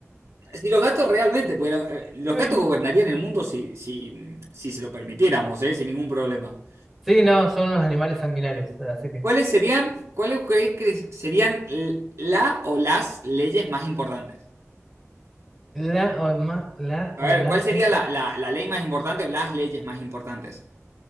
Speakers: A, on the right (about 65°); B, in the centre.
A: si los gatos realmente pudieran, eh, los
B: Sí.
A: gatos gobernarían el mundo si, si, si se lo permitiéramos, ¿eh? Sin ningún problema.
B: Sí, no, son unos animales sanguinarios. Así que.
A: ¿Cuáles serían, cuáles creéis que serían l- la o las leyes más importantes?
B: La o, ma- la
A: A
B: o
A: ver,
B: las
A: ¿cuál sería
B: leyes.
A: la, la- la ley más importante o las leyes más importantes?